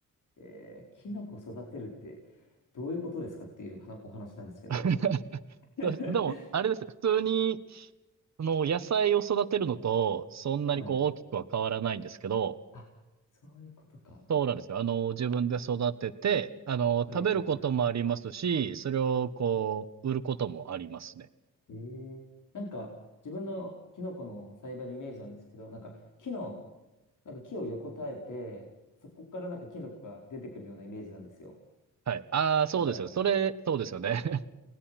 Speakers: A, on the left; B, on the right.
A: えー、キノコ育てるって、どういうことですかっていうはなお話なんですけど。
B: <laughs>
A: <laughs>
B: そうでも、あれですね。普通に、あの、野菜を育てるのと、そんなにこう大きくは変わらないんですけど、
A: はい。あ、そういうことか。
B: そうなんですよ。あの、自分で育てて、あの、食べることもありますし、
A: はいはいはい。
B: それをこう、売ることもありますね。
A: ええなんか、自分のキノコの栽培のイメージなんですけど、なんか、木の、なんか木を横たえて、そこからなんかキノコが出てくるようなイメージなんですよ。
B: はい。ああ、そうですよ。
A: なんか、
B: それ、そうですよね。<laughs>